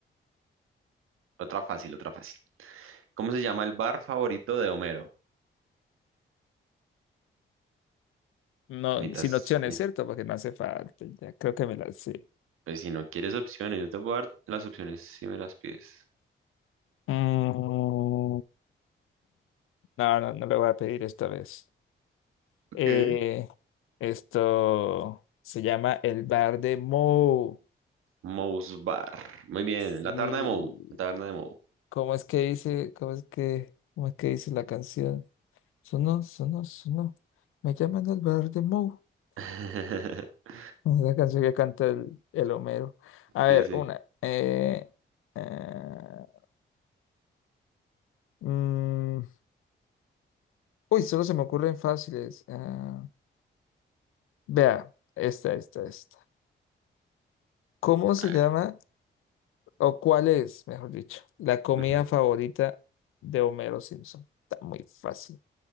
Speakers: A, on the right (about 85°); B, on the left (about 80°).
A: otra fácil, otra fácil. ¿Cómo se llama el bar favorito de Homero?
B: No,
A: Necesitas,
B: sin opciones,
A: ne-
B: ¿cierto? Porque no hace falta. Ya creo que me la sé.
A: pues si no quieres opciones, yo te puedo dar las opciones si me las pides.
B: Mm, no, no, no le voy a pedir esta vez.
A: Ok.
B: Eh, esto se llama el bar de Mo.
A: Moe's Bar. Muy bien,
B: Sí.
A: la taberna de Moe. La taberna de Moe.
B: ¿Cómo es que dice? ¿Cómo es que, cómo es que dice la canción? Sonó, sonó, sonó. Me llaman el bar de Mo. <laughs>
A: <laughs>
B: Es La canción que canta el, el Homero. A ver,
A: Sí, sí.
B: una. Eh, eh, Mm, uy, solo se me ocurren fáciles. Ah, vea, esta, esta, esta. ¿Cómo se
A: A ver.
B: llama o cuál es, mejor dicho, la comida
A: ujú.
B: favorita de Homero Simpson? Está muy fácil.